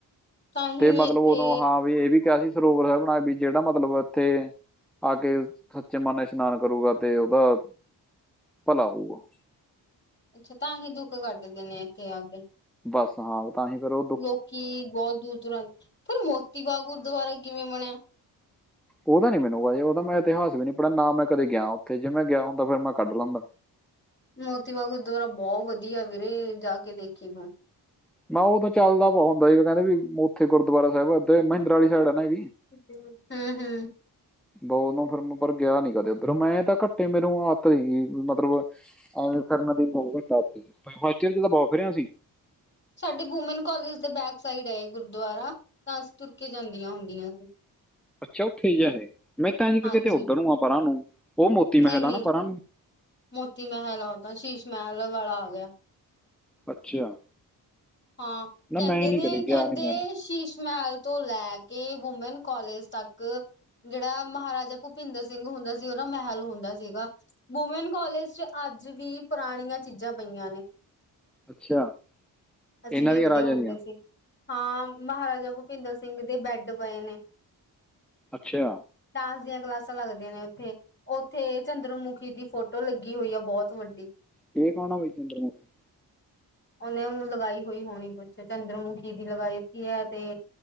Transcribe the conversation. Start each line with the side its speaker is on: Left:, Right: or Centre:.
Left: ਤਾਂ ਹੀ
Centre: ਤੇ ਮਤਲਬ
Left: ਇੱਥੇ
Centre: ਉਦੋਂ ਹਾਂ ਵੀ ਇਹ ਵੀ ਕਿਹਾ ਸੀ ਸਰੋਵਰ ਬਣਾ ਵੀ ਜਿਹੜਾ ਮਤਲਬ ਮਤਲਬ ਇੱਥੇ ਆ ਕੇ ਸੱਚੇ ਮਨ ਇਸ਼ਨਾਨ ਕਰੂਗਾ ਤੇ ਉਹਦਾ ਭਲਾ ਹੋਊਗਾ
Left: ਅੱਛਾ ਤਾਂਹੀ ਦੁੱਖ ਕੱਢਦੇ ਨੇ ਇੱਥੇ ਆ ਕੇ
Centre: ਬਸ ਹਾਂ ਤਾਂਹੀ ਫਿਰ ਔ
Left: ਲੋਕੀ ਬਹੁਤ ਦੂਰ ਦੂਰ ਆਂਦੇ, ਫਿਰ ਮੋਤੀ ਬਾਗ਼ ਗੁਰਦੁਆਰਾ ਕਿਵੇਂ ਬਣਿਆ?
Centre: ਉਹਦਾ ਨੀ ਮੈਨੂੰ ਵਾ ਉਹ ਦਾ ਇਤਿਹਾਸ ਵੀ ਪੜਿਆ, ਨਾ ਮੈਂ ਕਦੇ ਗਿਆ ਉੱਥੇ ਜੇ ਮੈਂ ਗਿਆ ਹਦਾ ਫਿਰ ਮੈਂ ਕੱਢ ਲੈਂਦਾ
Left: ਮੋਤੀਬਾਗ ਗੁਰਦੁਆਰਾ ਬਹੁਤ ਵਧੀਆ ਵੀਰੇ, ਜਾ ਕੇ ਦੇਖੀ ਤੁ
Centre: ਮ ਉਹ ਤਾਂ ਚੱਲਦਾ ਹੁੰਦਾ ਸੀਗਾ ਕਹਿੰਦੇ ਵੀ ਉੱਥੇ ਗੁਰਦੁਆਰਾ ਸਾਹਿਬ ਮਿੰਦਰ ਵਾਲੀ ਸਾਈਡ ਹੈ ਨਾ ਐ ਵੀ
Left: ਹੂ ਹੂ
Centre: ਬ ਉਹਨੋਂ ਫਿਰ ਮ, ਪਰ ਗਿਆ ਨੀ ਕਦੇ ਉੱਧਰ ਮੈਂ ਤਾਂ ਘੱਟੇ ਮੇਨੂੰ ਆਤ ਨੀ ਮਤਲਬ ਐਵੇਂ ਫਿਰਨਾ ਵੀ ਬਹੁਤ ਵੱਡਾ ਟਾਸ੍ਕ ਹੈ ਜੀ, ਪਰ ਹਿਮਾਚਲ ਚ ਤਾਂ ਬਹੁਤ ਫਿਰੇ ਆਂ ਅਸੀ
Left: ਸਾਡੇ ਵੂਮੈਨ ਕਾਲਜ ਦੇ ਬੈਕ ਸਾਈਡ ਹੈ, ਏ ਗੁਰਦੁਆਰਾ ਤਾਂ ਅਸੀਂ ਤੁਰ ਕੇ ਜਾਂਦੀਆਂ ਹੁੰਦੀਆਂ ਸੀ
Centre: ਅੱਛਾ ਉੱਥੇ ਹੀ ਜਾ ਹੈ, ਮੈਂ ਤਾਂ ਜੀ ਕਿਤੇ
Left: ਹਾਂਜੀ
Centre: ਉੱਧਰ ਨੂੰ ਆ ਪਰਾਂ ਨੂੰ ਉਹ ਮੋਤੀ ਮਹਿਲ
Left: ਨਹੀਂ ਨਹੀਂ
Centre: ਆ ਨਾ ਪਰਾਂ ਨੂੰ
Left: ਮੋਤੀ ਮਹਿਲ ਆ ਤਾਂ, ਸ਼ੀਸ਼ ਮਹਿਲ ਵਾਲਾ ਆ ਗਿਆ
Centre: ਅੱਛਾ
Left: ਹਾਂ
Centre: ਨਾ
Left: ਕਹਿੰਦੇ
Centre: ਮੈਂ ਨਹੀਂ
Left: ਨੇ
Centre: ਕਦੇ ਗਿਆ
Left: ਕਹਿੰਦੇ
Centre: ਨਹੀਂ ਮੈਂ
Left: ਸ਼ੀਸ਼ ਮਹਿਲ ਤੋਂ ਲੈ ਕੇ, ਵੂਮੈਨ ਕਾਲਜ ਤੱਕ ਜਿਹੜਾ ਮਹਾਰਾਜਾ ਭੁਪਿੰਦਰ ਸਿੰਘ ਹੁੰਦਾ ਸੀ, ਉਹ ਨਾ ਮਹਿਲ ਹੁੰਦਾ ਸੀਗਾ ਵੂਮੈਨ ਕਾਲਜ ਚ ਅੱਜ ਵੀ ਪੁਰਾਣੀਆਂ ਚੀਜ਼ਾਂ ਪਈਆਂ ਨੇ
Centre: ਅੱਛਾ
Left: ਅਸੀਂ
Centre: ਇਹਨਾਂ
Left: ਵੇਖਦੇ
Centre: ਦੀਆਂ ਰਾਜਾ
Left: ਹੁੰਦੇ
Centre: ਦੀਆਂ
Left: ਸੀ, ਹਾਂ ਮਹਾਰਾਜਾ ਭੁਪਿੰਦਰ ਸਿੰਘ ਦੇ ਬੈਡ ਪਏ ਨੇ
Centre: ਅੱਛਾ
Left: ਡਾਂਸ ਦੀਆਂ ਕਲਾਸਾਂ ਲੱਗਦੀਆਂ ਨੇ ਉੱਥੇ ਔਥੇ ਚੰਦਰਮੁਖੀ ਦੀ ਫੋਟੋ ਲੱਗੀ ਹੋਈ ਆ ਬਹੁਤ ਵੱਡੀ
Centre: ਇਹ ਕੌਣ ਆ ਬਈ ਚੰਦਰਮੁਖੀ
Left: ਉਹਨੇ ਲਗਾਈ ਹੋਈ ਹੋਣੀ ਕੁਛ ਚੰਦਰਮੁਖੀ ਦੀ ਲਗਾਈ ਦਿੱਤੀ ਏ ਤੇ